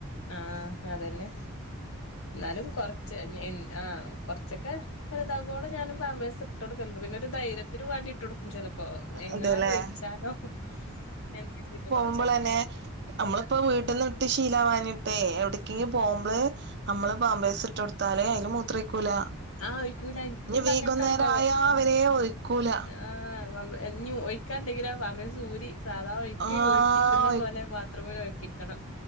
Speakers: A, on the left (about 65°); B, on the right (about 50°).
A: ആഹ് അതന്നെ ന്നാലും കൊർച്ച് എൻ ആഹ് കൊർച്ചൊക്കെ. വൽതാകോളം ഞാനും പാമ്പേസ് ട്ടൊ ട് ക്കല്ണ്ട്. പിന്നെ ഒരു ധൈര്യത്തിന് വാണ്ടിട്ടൊട് ചെലപ്പോ, എങ്ങാനൊഴിച്ചാലോ,
B: അതെല്ലേ
A: എന്ന്കര്തിട്ട്. കൊറ
B: മ്പോളന്നെ അമ്മളിപ്പോ വീട്ന്ന്ട്ട് ശീലാവാഞ്ഞിട്ടേ, എവിടക്കെ പോവു മ്പള്. അമ്മള് പാമ്പേസ് ഇട്ടൊടുത്താലേ അയില് മൂത്രൊയി കൂല,
A: ആഹ് ഒഴിക്കൂല എനിക്കുണ്ട്
B: നി വീകുന്നേരായാവരെ
A: അങ്ങനത്തെ അനുഭവം
B: ഒയി ക്കൂല.
A: ആഹ്, പമ്പ് ഇഞ് ഒഴിക്കാണ്ടെങ്കിലൊ പാമ്പസ് ഊരി. സാധാ ഒഴിക്ക
B: ആഹ്
A: ഒഴിപ്പിക്ന്ന പോലെ, ബാത്റൂമിലൊഴിപ്പിക്കണം.